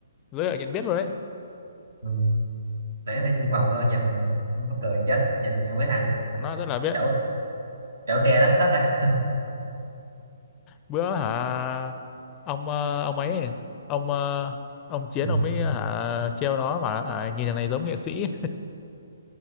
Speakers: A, on the left (about 25°); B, on the right (about 75°).
A: giới thiệu nhận biết luôn đấy
B: Ừ. Nãy nó thi chung phòng tôi nhìn mắc cười chết, nhìn như mấy thằng
A: nó rất là biết
B: trẩu trẩu tre đất cất à.
A: bữa hả ông ờ, ông ấy ông ờ, ông Chiến
B: Ừ.
A: ông ấy hả trêu nó bảo hả, nhìn thằng này giống nghệ sĩ